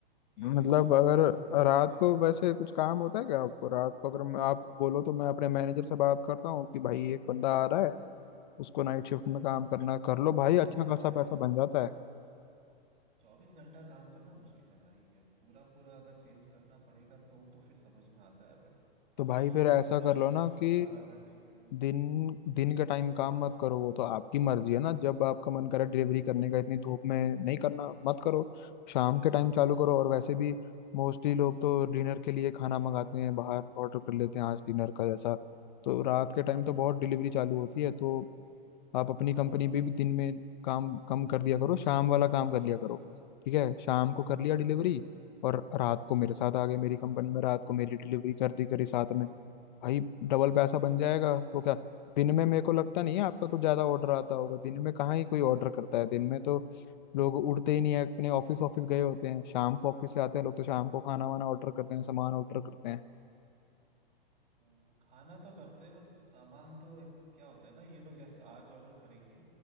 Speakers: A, on the left (about 50°); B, on the right (about 60°).
A: मतलब
B: एक दिन छुट्टी
A: अगर
B: मिलती है उसपे
A: रात को वैसे कुछ काम होता है क्या आपको रात को अगर मैं- आप बोलो तो मैं अपने मैनेजर से बात करता हूँ कि भाई एक बंदा आ रहा है उसको नाइट शिफ्ट में काम करना है, कर लो भाई
B: अरे
A: अच्छा
B: अरे
A: खासा पैसा बन जाता है
B: चौबीस घंटा काम करना मुश्किल है भाई ये पूरा पूरा अगर चेंज करना पड़ेगा तो तो फिर समझ में आता है बट
A: तो
B: अभी
A: भाई
B: यहाँ
A: फिर ऐसा
B: पे पूरा
A: कर
B: शिफ्ट
A: लो ना
B: करो
A: कि
B: बारह घंटे की
A: दिन
B: हम्म
A: दिन का टाइम काम मत करो वो तो आपकी मर्जी है ना जब आपका मन करे डिलीवरी करने का इतनी धूप में नहीं करना मत करो शाम के टाइम चालू करो और वैसे भी मोस्टली लोग तो डिनर के लिए खाना मंगाते हैं बाहर ऑर्डर कर लेते हैं आज डिनर का जैसा तो रात के टाइम तो बहुत डिलीवरी चालू होती है तो आप अपनी कंपनी भी, भी दिन में काम कम कर दिया करो शाम वाला काम कर लिया करो ठीक है शाम को कर लिया डिलीवरी और रात को मेरे साथ आ गए मेरी कंपनी में रात को मेरी डिलीवरी कर दी करी साथ में भाई डबल पैसा
B: अच्छा
A: बन जाएगा वो क्या दिन में मेरे को लगता नहीं है आपका कुछ ज्यादा ऑर्डर आता होगा दिन में कहाँ ही कोई ऑर्डर करता है दिन में तो लोग उठते ही नहीं है अपने ऑफिस ऑफिस गए होते हैं शाम को ऑफिस से आते हैं लोग तो शाम को खाना वाना ऑर्डर करते हैं सामान ऑर्डर करते हैं
B: अ, खाना तो करते हैं बट सामान तो एक- क्या होता है ना ये लोग जैसे आज ऑर्डर करेंगे